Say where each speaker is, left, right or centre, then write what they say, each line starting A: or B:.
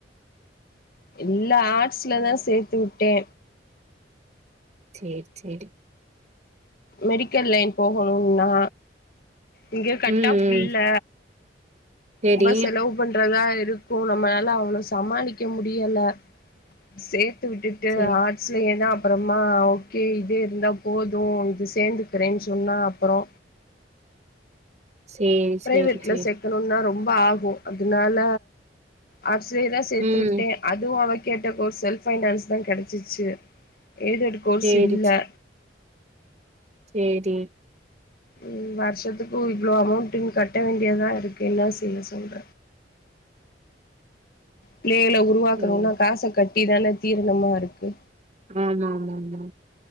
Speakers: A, on the left (about 55°); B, on the right (about 40°).
A: இல்ல ஆர்ட்ஸ்லதா சேத்து உட்டே
B: சேரி சேரி
A: மெடிக்கல் லைன் போகணுன்னா இங்க கட்
B: ம்
A: ஆஃப்
B: ம்
A: இல்ல
B: சேரி
A: ரொம்ப செலவு பண்றதா இருக்கு நம்மளால அவ்ளோ சமாளிக்க முடியல சேர் த்து விட்டுட்டு
B: சேரி
A: ஆர்ட்ஸ்லயே தா அப்பறமா ஓகே இதே இருந்தா போது இது சேந்துக்கிறேன்னு சொன்னா அப் அப்பறோ
B: சேரி
A: பிரைவேட்ல
B: சேரி சேரி
A: சேக்கணுன்னா ரொம் ப ஆகும் அதனால ஆர்ட்ஸ்லயேதா சேத்து
B: ம்
A: விட்டே அதுவு அவ கேட்ட கோர்ஸ் செல்ப் பைனான்ஸ் தா கெடைச்சிச்சு எய்டட் கோர்ஸ்
B: சேரி
A: இல்ல
B: சேரி
A: உம் வருஷத்துக்கு இவ்வளோ அமௌண்ட்ன் கட்ட வேண்டியதா இருக்கு என்ன செய்ய சொல்ற பிள்ளைகள உருவாக்கணுனா
B: சேரி
A: காச கட் டி தானே தீரணமா இருக்கு
B: ஆ ஆ ஆ ஆ